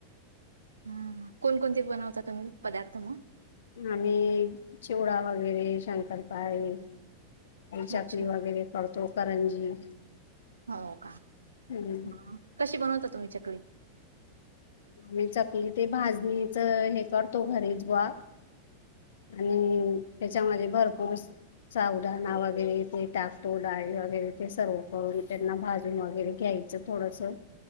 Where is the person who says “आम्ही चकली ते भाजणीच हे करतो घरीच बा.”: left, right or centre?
Left